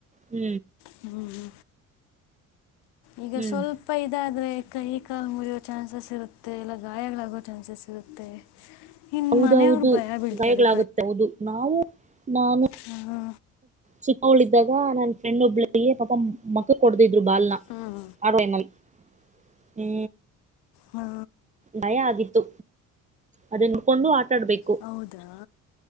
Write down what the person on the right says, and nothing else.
ಹೂ
ಹ್ಮ್
ಹೌದೌದು
ಗಾಯಗಳಾಗುತ್ತೆ ಹೌದು ನಾವು ನಾನು
ಚಿಕ್ಕಾವಳಿದ್ದಾಗ ನನ್ನ ಫ್ರೆಂಡ್ ಒಬ್ಳ ಪಾಪ ಮಾಖಕ್ ಹೊಡ್ಡಿದ್ರು ಬಾಲ್ನ
ಆ ಟೈಮ್ ನಲ್ಲಿ ಹೂ
ಭಯ ಆಗಿತ್ತು ಅದಕೊಂಡು ಆಟ ಆಡ್ಬೇಕು